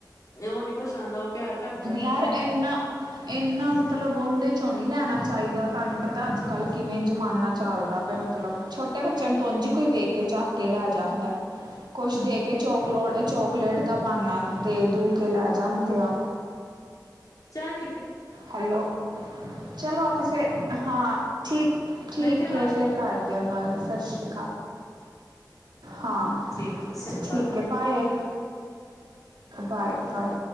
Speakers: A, on the left (about 55°); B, on the right (about 85°).
A: ਤੇ ਉਹ ਨੀ ਕੁੱਸ਼ ਆਹਨਦਾ ਉਹ ਪਿਆਰ। ਕਰਦਿਆਂ ਨੂੰ
B: ਯਾਰ ਏਨਾ। ਇਹਨਾ ਮਤਲਬ ਉਂਹਦੇ ਚੋਂ ਨਹੀਂ ਲੈਣਾ ਚਾਹੀਦਾ, ਤੁਹਾਨੂੰ ਪਤਾ ਅੱਜ- ਕੱਲ੍ਹ ਕਿਵੇਂ ਜ਼ਮਾਨਾ ਚੱਲਦਾ ਪਿਆ ਮ। ਛੋਟੇ ਬੱਚਿਆਂ ਨੂੰ ਤੋ ਉਂਝ ਈ ਕੋਈ ਵੇਖ ਕੇ ਚੱਕ ਕੇ ਲੈ ਜਾਂਦਾ ਐ। ਕੁੱਛ ਦੇ ਕੇ ਚੋਕਲੋ ਅ, ਚੋਕਲੇਟ ਦਾ ਬਹਾਨਾ ਦੇ ਦੂ ਕੇ ਲੈ ਜਾਂਦੇ ਆ।
A: ਚੱਲ ਠੀਕ ਏ।
B: ਹੈਲੋ। ਚਲੋ ਆਪਾਂ ਫੇਰ, ਹਾਂ, ਠੀਕ, ਠੀਕ
A: ਮੈਂ ਕਿਹਾ ਬਾਅਦ
B: ਏ
A: ਚ
B: ਫੇਰ ਕਰ ਦਿਆਂ ਗੱਲ, ਸਤਿ ਸ੍ਰੀ। ਹਾਂ।
A: ਠੀਕ ਏ
B: ਠੀਕ
A: <unintelligible>
B: ਹੈ ਬਾਏ, ਬਾਏ-ਬਾਏ।